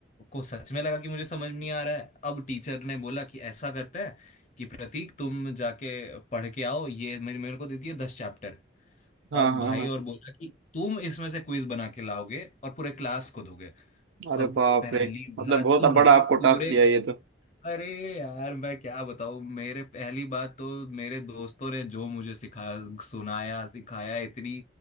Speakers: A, on the left; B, on the right.
A: को सच में लगा कि मुझे समझ में नहीं आ रहा है अब टीचर ने बोला कि ऐसा करते हैं कि प्रतीक तुम जाके पढ़ के आओ ये मेरे मेरे को दे दिए दस चैप्टर
B: हाँ
A: अब
B: हाँ
A: भाई
B: हाँ
A: और बोला कि तुम इसमें से क्विज बना के लाओगे और पूरे क्लास को दोगे
B: अरे
A: अब
B: बाप
A: पहली
B: रे मतलब
A: बात
B: बहुत
A: तो भाई
B: बड़ा आपको
A: पूरे
B: टास्क दिया ये तो
A: अरे यार मैं क्या बताऊँ मेरे पहली बात तो मेरे दोस्तों ने जो मुझे सिखा सुनाया सिखाया इतनी